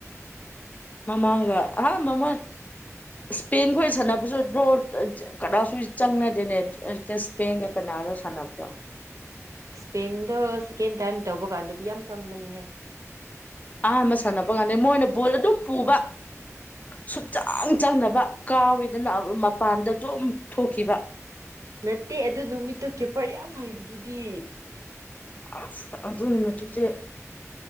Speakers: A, on the left (about 30°); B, on the right (about 75°).
A: ꯃꯃꯒ ꯑꯥ ꯃꯃ ꯏꯁꯄꯦꯟꯒ ꯁꯥꯟꯅꯕꯁꯨ ꯗ꯭ꯔꯣ ꯀꯅꯥꯁꯨ ꯆꯪꯅꯗꯦꯅꯦ ꯏꯁꯄꯦꯟꯒ ꯀ ꯔꯣ ꯁꯅꯞꯇ
B: ꯏꯁꯄꯦꯟꯗꯣ ꯁꯦꯀꯦꯟ ꯇꯥꯏꯝ ꯇꯧꯕ ꯀꯥꯟꯗꯗꯤ ꯌꯥꯝ ꯆꯪꯕꯅꯦꯍꯦ
A: ꯑꯍꯥꯟꯕ ꯁꯥꯟꯅꯕ ꯀꯥꯟꯗꯩ ꯃꯣꯏꯅ ꯕꯨꯠ ꯑꯗꯨꯝ ꯄꯨꯕ ꯁꯨꯡꯆꯥꯡ ꯆꯪꯅꯕ ꯀꯥꯎꯋꯤꯗꯅ ꯃꯄꯥꯟꯗꯁꯨ ꯑꯗꯨꯝ ꯊꯣꯛꯈꯤꯕ
B: ꯅꯠꯇꯦ ꯑꯗꯨ ꯅꯨꯃꯤꯠꯇꯨ ꯀꯦꯄꯔ ꯌꯥꯝ ꯍꯩꯕꯗꯨꯗꯤ
A: ꯑ ꯑꯗꯨꯅ ꯃꯠꯇꯁꯦ